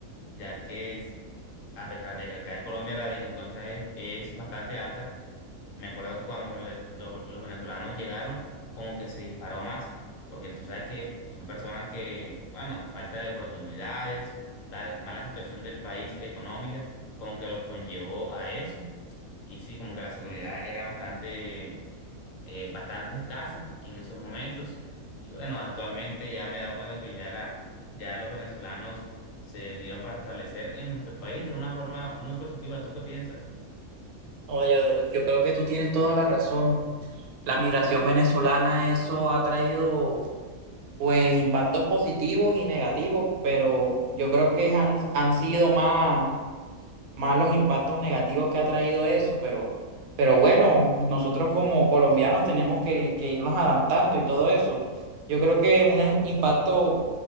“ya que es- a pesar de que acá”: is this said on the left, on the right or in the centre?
Left